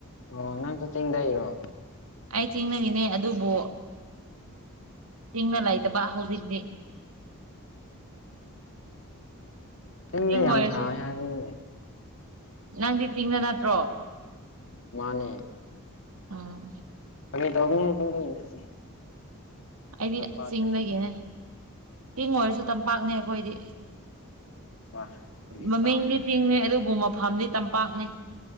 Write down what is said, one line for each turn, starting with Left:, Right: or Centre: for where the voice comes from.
Left: ꯑꯣ ꯅꯪꯁꯨ ꯆꯤꯡꯗꯩꯔꯣ
Right: ꯑꯩ ꯆꯤꯡꯗꯒꯤꯅꯦ ꯑꯗꯨꯕꯨ ꯆꯤꯡꯗ ꯂꯩꯇꯕ ꯍꯧꯖꯤꯛꯇꯤ
Left: ꯆꯤꯡꯗ
Right: ꯆꯤꯡ
Left: ꯌꯥꯝ
Right: ꯑꯣꯏꯔꯁꯨ
Left: ꯁꯥꯏꯌꯦ ꯍꯥꯏꯕꯅꯤꯅꯦ
Right: ꯅꯪꯗꯤ ꯆꯤꯡꯗ ꯅꯠꯇ꯭ꯔꯣ
Left: ꯃꯥꯅꯦ
Right: ꯎꯝ
Left: ꯐꯥꯒꯤ ꯇꯧꯕꯅꯦ ꯆꯤꯡꯗꯒꯤ ꯅꯠꯇꯦ
Right: ꯑꯩꯗꯤ
Left: ꯇꯝꯄꯥꯛꯇꯩꯅꯦ
Right: ꯆꯤꯡꯗꯒꯤꯅꯦ ꯆꯤꯡ ꯑꯣꯏꯔꯁꯨ ꯇꯝꯄꯥꯛꯅꯦ ꯑꯩꯈꯣꯏꯗꯤ
Left: ꯋꯥ ꯀꯔꯤ
Right: ꯃꯃꯤꯡꯗꯤ
Left: ꯇꯥꯎꯟ
Right: ꯆꯤꯡꯅꯦ ꯑꯗꯨꯕꯨ ꯃꯐꯝꯗꯤ ꯇꯝꯄꯥꯛꯅꯦ